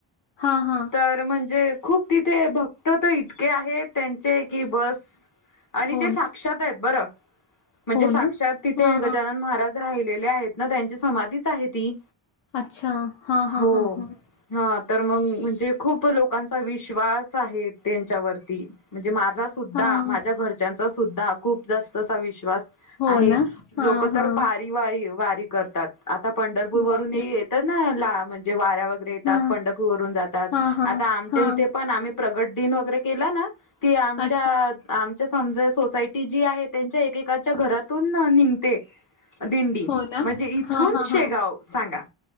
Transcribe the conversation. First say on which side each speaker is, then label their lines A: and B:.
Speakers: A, on the left; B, on the left.
A: हां, हां.
B: तर म्हणजे खूप तिथे भक्त तर इतके आहेत त्यांचे की बस आणि
A: हो
B: ते साक्षात
A: ना?
B: आहेत बरं म्हणजे
A: हो
B: साक्षात
A: ना?
B: तिथे
A: हां,
B: गजानन
A: हां.
B: महाराज राहिलेले आहेत ना त्यांची समाधीच आहे ती
A: अच्छा हा हा
B: हो.
A: हा हा
B: हा तर मग म्हणजे खूप लोकांचा विश्वास आहे त्यांच्यावरती म्हणजे म माझा सुद्धा
A: हां.
B: माझ्या घरच्यांचा सुद्धा खूप जास्त असा विश्वास
A: हो
B: आहे
A: ना? हां,
B: लोक
A: हां.
B: तर पारी वारी वारी करतात आता पंढरपूर वरून
A: बापरे!
B: ये येत ना ला म्हणजे येतात
A: हां.
B: पंढपूरून जात आता
A: हां, हां,
B: आमच्या
A: हां.
B: इथे पण आम् प्रगट दिन वगैरे केला ना त आमच्या
A: अच्छा.
B: समज सोसायटी जी आहे त्यांच्या एकेकाच्या घरातून निघते दिंडी
A: हो ना?
B: म्हणजे इथून
A: हां, हां,
B: शेगाव
A: हां.
B: सांगा